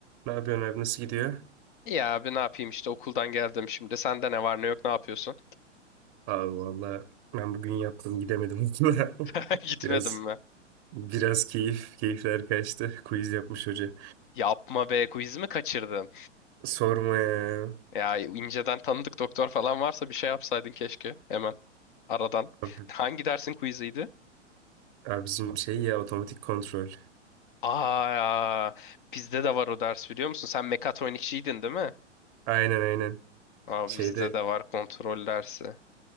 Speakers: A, on the right (about 30°); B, on the left (about 45°).
A: Ne yapıyorsun abi nasıl gidiyor?
B: İyi abi ne yapayım işte okuldan geldim şimdi. Sende ne var ne yok ne yapıyorsun?
A: Abi valla ben bugün yaptım gidemedim okula.
B: <laughs>
A: <laughs>
B: Gitmedim
A: Biraz
B: mi?
A: biraz keyif keyifler kaçtı. Quiz yapmış hoca.
B: Yapma be quiz mi kaçırdın?
A: Sorma ya.
B: Ya inceden tanıdık doktor falan varsa bir şey yapsaydın keşke hemen aradan.
A: Abi,
B: <laughs> Hangi dersin quiziydi?
A: abi bizim şey ya otomatik kontrol.
B: Aa bizde de var o ders biliyor musun? Sen mekatronikçiydin değil mi?
A: Aynen aynen.
B: Abi
A: Şeyde
B: bizde de var kontrol dersi.